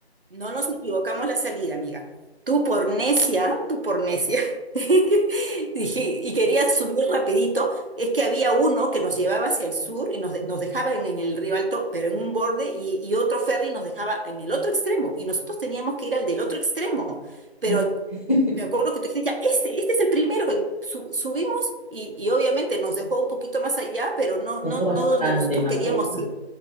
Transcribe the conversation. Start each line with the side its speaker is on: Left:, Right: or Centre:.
Right: No nos equivocamos la salida, amiga. Tú por necia, tú por necia. <laughs> Dije, y quería subir rapidito. Es que había uno que nos llevaba hacia el sur y nos, de- nos dejaba en, en el río Alto, pero en un borde, y, y otro ferry nos dejaba en el otro extremo. Y nosotros teníamos que ir al del otro extremo. Pero
Left: Así- <laughs>
Right: me acuerdo que tú dijiste, ya, este, este es el primero. Y su- subimos y, y obviamente nos dejó un poquito más allá, pero no,
Left: Ojo
Right: no,
Left: bastante
Right: no donde nosotros
Left: más
Right: queríamos
Left: allá.
Right: ir.